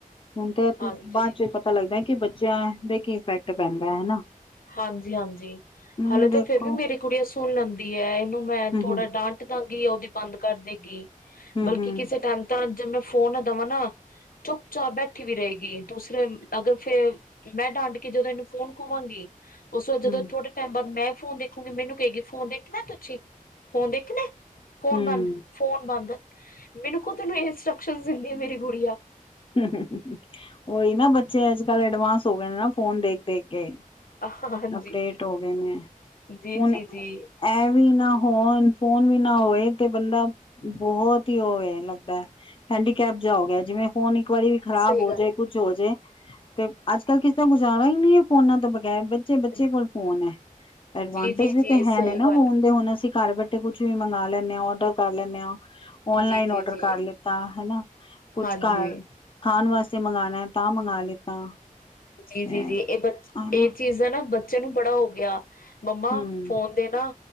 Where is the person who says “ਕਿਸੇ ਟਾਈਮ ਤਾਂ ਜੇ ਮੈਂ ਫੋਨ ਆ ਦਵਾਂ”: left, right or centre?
Left